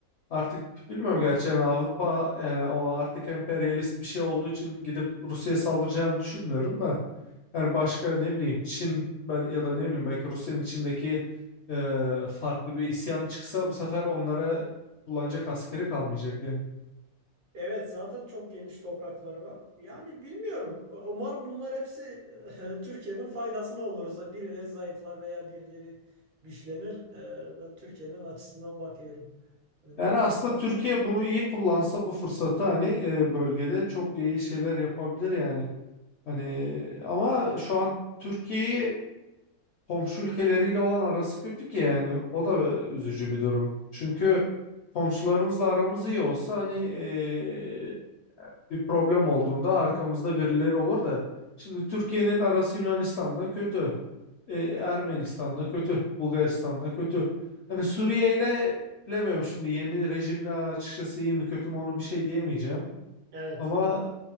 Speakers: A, on the left; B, on the right.
A: artık bilmiyorum gerçi yani Avrupa yani o artık emperyalist bir şey olduğu için gidip Rusya'ya saldıracağını düşünmüyorum da yani başka ne bileyim Çin bel- ya da ne bileyim belki Rusya'nın içindeki e, farklı bir isyan çıksa bu sefer onlara kullanacak askeri kalmayacak yani.
B: Evet zaten çok geniş toprakları var. Yani bilmiyorum. Umarım bunlar hepsi <laughs> Türkiye'nin faydasına oluruz. Birileri zayıflar veya birileri güçlenir. E, Ben Türkiye'nin açısından bakıyorum. Hani
A: Yani
B: ne olursa.
A: aslında Türkiye bunu iyi kullansa bu fırsatı hani e, bölgede çok iyi şeyler yapabilir yani. Hani ama şu an Türkiye'yi komşu ülkeleriyle olan arası kötü ki yani o da üzücü bir durum. Çünkü komşularımızla aramız iyi olsa hani e, bir problem olduğunda arkamızda birileri olur da şimdi Türkiye'nin arası Yunanistan'la kötü. E, Ermenistan'la kötü. Bulgaristan'la kötü. Hani Suriye ile bilemiyorum şimdi yeni rejimle açıkçası iyi mi kötü mü onu bir şey diyemeyeceğim.
B: Evet.
A: Ama